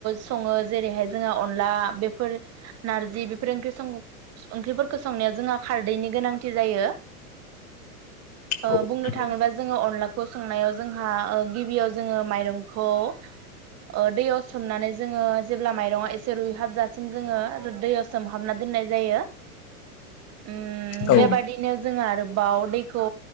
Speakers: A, on the right (about 35°); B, on the left (about 35°).
A: सङो जेरैहाय जोंहा अनला बेफोर नारजि बेफोर ओंख्रि सं ओंख्रिफोरखौ संनाया जोंहा खारदैनि गोनांथि जायो। ओह
B: औ
A: बुंनो
B: नंगौ
A: थाङोब्ला जोङो अनला खौ संनायाव जोंहा उह गिबियाव जोङो माइरंखौ ओ दैयाव सोमनानै जोङो जेब्ला माइरङा एसे रुइहाबजासिम जोङो दैयाव सोमहाबना दोननाय जायो उम
B: औ
A: बेबादिनो जों आरो बाव दैखौ